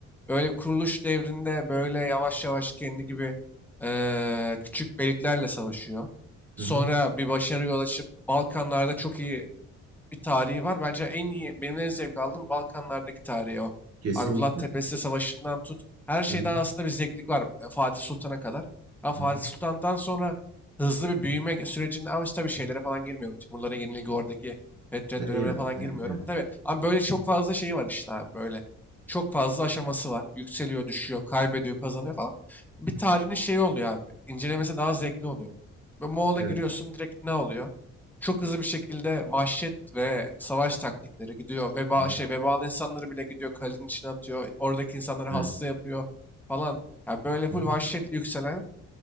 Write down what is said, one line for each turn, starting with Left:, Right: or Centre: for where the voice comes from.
Centre: Böyle bir kuruluş devrinde böyle yavaş yavaş kendi gibi eee, küçük beyliklerle savaşıyor. Sonra
Right: Hı hı.
Centre: bir başarıya ulaşıp Balkanlarda çok iyi bir tarihi var. Bence en iyi, benim en zevk aldığım Balkanlardaki tarihi o.
Right: Kesinlikle.
Centre: Abi Vlad Tepesi Savaşı'ndan tut. Her şeyden
Right: Hı hı.
Centre: aslında bir zevklik var e, Fatih Sultan'a kadar. Ama Fatih
Right: Hı hı.
Centre: Sultan'dan sonra hızlı bir büyüme sürecinde ama işte tabii şeylere falan girmiyorum. Timurlara yenilgi oradaki Fetret
Right: Ve
Centre: dönemine
Right: ya,
Centre: falan
Right: e,
Centre: girmiyorum.
Right: evet,
Centre: E tabii ama böyle çok fazla şeyi var işte abi böyle. Çok fazla aşaması var. Yükseliyor, düşüyor, kaybediyor, kazanıyor falan. Bir tarihin şeyi oluyor abi. İncelemesi daha zevkli oluyor. Ve Moğol'a
Right: evet.
Centre: giriyorsun direkt ne oluyor? çok hızlı bir şekilde vahşet ve savaş taktikleri gidiyor. Veba,
Right: Hı hı.
Centre: şey, vebalı insanları bile gidiyor kalenin içine atıyor. Oradaki insanları hasta
Right: Evet.
Centre: yapıyor falan. Yani böyle
Right: Hı
Centre: full
Right: hı.
Centre: vahşetle yükselen,